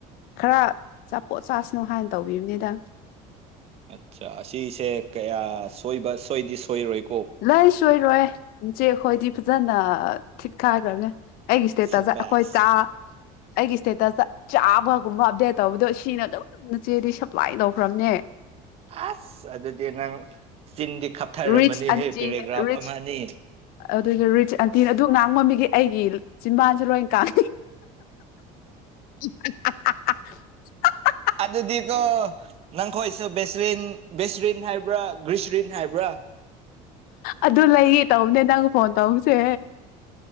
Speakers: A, on the left; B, on the right.
A: ꯈꯔ ꯆꯥꯄꯣꯠ ꯆꯁꯅꯨ ꯍꯥꯏꯅ ꯇꯧꯕꯤꯕꯅꯤꯗ
B: ꯑꯠꯆꯥ ꯑꯁꯤꯁꯦ ꯀꯌꯥ ꯁꯣꯏꯕ ꯁꯣꯏꯗꯤ ꯁꯣꯏꯔꯣꯏ
A: ꯂꯩ ꯁꯣꯏꯔꯣꯏ ꯏꯆꯦ ꯑꯩꯈꯣꯏꯗꯤ ꯐꯖꯅ ꯊꯤꯠꯈꯥꯏꯈ꯭ꯔꯅꯦ ꯑꯩꯒꯤ ꯏꯁꯇꯦꯠꯇ
B: ꯁꯕꯥꯁ
A: ꯑꯩꯈꯣꯏ ꯆꯥ ꯑꯩꯒꯤ ꯏꯁꯇꯦꯇꯁꯇ ꯆꯥꯕꯒꯨꯝꯕ ꯑꯞꯗꯦꯠ ꯇꯧꯕꯗꯣ ꯁꯤꯅ ꯑꯗꯨꯝ ꯅꯆꯦꯗꯤ ꯁꯞꯄ꯭ꯂꯥꯏ ꯇꯧꯈ꯭ꯔꯕꯅꯦ
B: ꯑꯁ ꯑꯗꯨꯗꯗꯤ ꯅꯪ ꯆꯤꯟꯗꯤ ꯈꯞꯊꯔꯝꯃꯅꯤꯍꯦ
A: ꯔꯤꯁ ꯑꯟꯇꯤ
B: ꯄꯦꯔꯦꯒ꯭ꯔꯥꯐ
A: ꯔꯤꯁ
B: ꯑꯃ ꯑꯅꯤ
A: ꯑꯗꯨꯒ ꯔꯤꯆ ꯑꯟꯇꯤ ꯑꯗꯨ ꯉꯥꯡꯕꯝꯃꯤꯒꯤ ꯑꯩꯒꯤ ꯆꯤꯝꯕꯥꯟꯁ ꯂꯣꯏ ꯀꯥꯟ <unintelligible>
B: ꯑꯗꯨꯗꯤꯀꯣ ꯅꯪꯈꯣꯏꯁꯨ ꯕꯦꯁꯂꯤꯟ ꯕꯦꯁꯔꯤꯟ ꯍꯥꯏꯕ꯭ꯔꯥ ꯭ꯒꯔꯤꯁꯔꯤꯟ ꯍꯥꯏꯕ꯭ꯔꯥ
A: ꯑꯗꯨ ꯂꯩꯌꯦ ꯇꯧꯕꯅꯦ ꯅꯪ ꯐꯣꯟ ꯇꯧꯕꯁꯦ